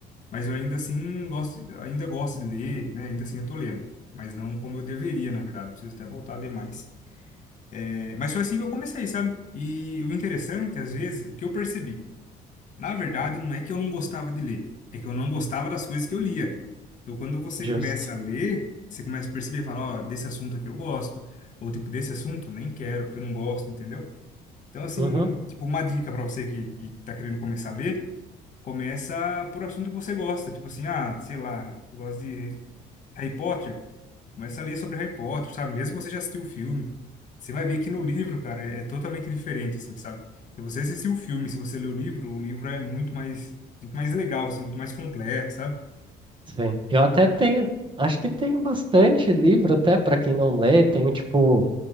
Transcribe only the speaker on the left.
mas eu ainda assim gosto, ainda gosto de ler, né? Ainda assim eu tô lendo, mas não como eu deveria, na verdade. Eu Preciso até voltar a ler mais. É, mas foi assim que eu comecei, sabe? E o interessante, às vezes, o que eu percebi, na verdade, não é que eu não gostava de ler, é que eu não gostava das coisas que eu lia. Então, quando você
começa a ler, você começa a perceber, fala, ó, desse assunto aqui eu gosto, ou tipo, desse assunto nem quero, porque eu não gosto, entendeu? Então, assim,
tipo, uma dica para você que, que tá querendo começar a ler, começa por assunto que você gosta. Tipo assim, ah, sei lá, eu gosto de Harry Potter. Começa a ler sobre Harry Potter, sabe? Mesmo que você já assistiu o filme, você vai ver que no livro, cara, é, é totalmente diferente, assim, sabe? Se você assistiu o filme, se você leu o livro, o livro é muito mais, muito mais legal, assim, muito mais completo, sabe?